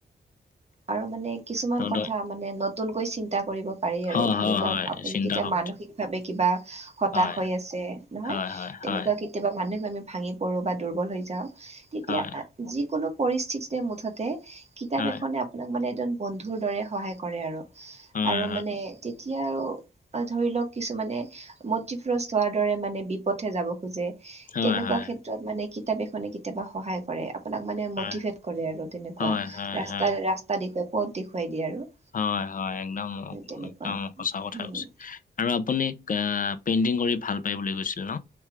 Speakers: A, on the right; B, on the left.
A: আৰু মানে কিছুমান
B: তো
A: কথা
B: দ-
A: মানে নতুনকৈ চিন্তা কৰিব পাৰি
B: হয়
A: আৰু ধৰি
B: হয়
A: লওক
B: হয়
A: আপুনি
B: চিন্তা
A: কেতিয়া
B: শক্তি
A: মানসিকভাৱে কিবা হতাশ
B: হয়
A: হৈ আছে নহয়
B: হয় হয়
A: তেনেকুৱা
B: হয়
A: কেতিয়াবা মানসিক ভাৱে ভাঙি পৰো বা দুৰ্বল হৈ যাওঁ তেতিয়া
B: হয়
A: যিকোনো পৰিস্থিতিতে মুঠ তে কিতাপ
B: হয়
A: এখনে আপোনাক মানে এজন বন্ধুৰ দৰে সহায় কৰে আৰু।
B: হয়
A: আৰু
B: হয়
A: মানে তেতি এতিয়া আৰু ধৰি লওক কিছুমানে মতিভ্ৰষ্ট হোৱাৰ দৰে মানে বিপথে যাব খোজে।
B: হয়
A: তেনেকুৱা
B: হয় হয়
A: ক্ষেত্ৰত মানে কিতাপ এখনে কেতিয়াবা সহায় কৰে আ আপোনাক মানে
B: হয়
A: মটিভেট কৰে আৰু তেনেকুৱা
B: হয় হয়
A: ৰাস্তা ৰাস্তা দেখুৱাই পদ দেখুৱাই দিয়ে আৰু।
B: হয় হয় একদম
A: তেনেকুৱাই
B: একদম সঁচা কথা
A: উম
B: কৈছে। আৰু আপুনি কা পেইণ্টিং কৰি ভাল পায় বুলি কৈছিল ন।